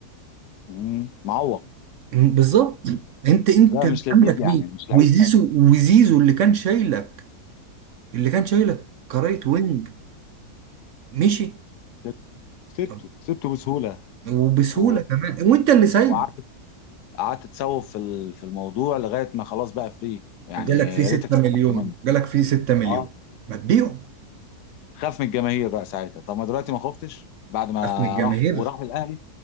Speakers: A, on the left; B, on the right.
A: مم، معوق
B: م- بالظبط انت انت
A: لا مش لذيذ
B: عندك
A: يعني
B: مين
A: مش
B: وزيزو
A: لعيب حلو.
B: وزيزو اللي كان شايلك اللي كان شايلك كرايت وينج مشي
A: سبت- سبته
B: طب
A: سبته بسهوله
B: وبسهوله
A: و...
B: كمان وانت اللي سايبه
A: وقعدت قعدت تسوف في ال- في الموضوع لغايه ما خلاص بقى فري يعني
B: جالك
A: يا
B: فيه 6
A: ريتك استفدت
B: مليون
A: منه
B: جالك فيه 6 مليون
A: اه
B: ما تبيعه
A: خاف من الجماهير بقى ساعتها طب ما دلوقتي ما خفتش بعد ما
B: ده من الجماهير
A: راح وراح الاهلي